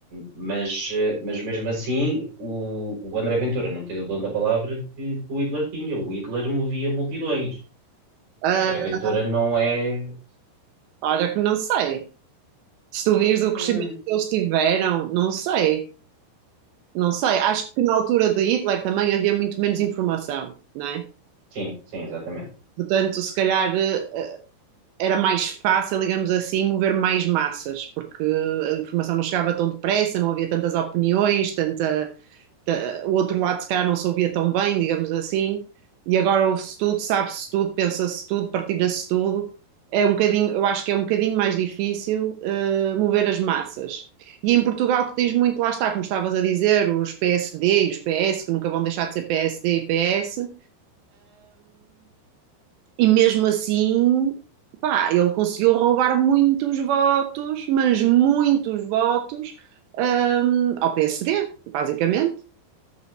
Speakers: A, on the right; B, on the right.
A: Mas, eh, mas mesmo assim, o, o André Ventura não tem o dom da palavra que, que o Hitler tinha. O Hitler movia multidões.
B: Ah,
A: O André Ventura não é.
B: olha que não sei. Se tu vires o
A: Hum.
B: crescimento que eles tiveram, não sei, não sei. Acho que na altura de Hitler também havia muito menos informação, não é?
A: Sim, sim, exatamente.
B: Portanto, se calhar eh, era mais fácil, digamos assim, mover mais massas, porque a informação não chegava tão depressa, não havia tantas opiniões, tanta, ta- o outro lado se calhar não se ouvia tão bem, digamos assim, e agora ouve-se tudo, sabe-se tudo, pensa-se tudo, partilha-se tudo. É um bocadinho, eu acho que é um bocadinho mais difícil eh, mover as massas. E em Portugal tu tens muito, lá está, como estavas a dizer, os PSD e os PS, que nunca vão deixar de ser PSD e PS, e mesmo assim, pá, ele conseguiu roubar muitos votos, mas muitos votos, hum, ao PSD, basicamente.